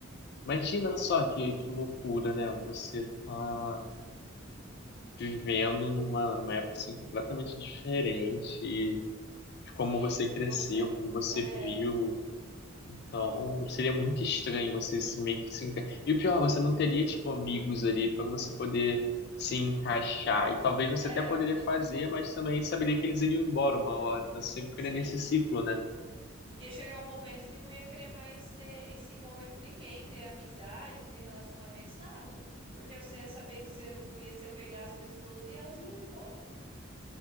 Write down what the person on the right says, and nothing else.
Sim,
do que
você.
É.
É,
Sim.
Ia chegar um momento que não ia querer mais ter e se envolver com ninguém, ter amizade, ter relacionamentos, nada. Porque você ia saber que você ia se apegar às pessoas e elas iam embora.